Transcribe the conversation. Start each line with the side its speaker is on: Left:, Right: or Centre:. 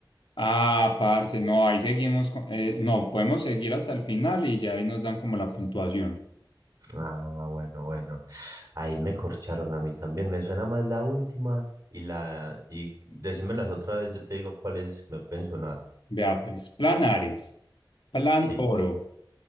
Left: Ah, parce, no, ahí seguimos. con- eh, no, podemos seguir hasta el final y ya ahí nos dan como la puntuación.
Right: Ah, bueno, bueno, ahí me corcharon a mí también, me suena más la última y la, y decímelas otra vez, yo te digo cuáles me pueden sonar.
Left: Vea pues, Plan Ares, Plan
Right: Sí.
Left: Oro,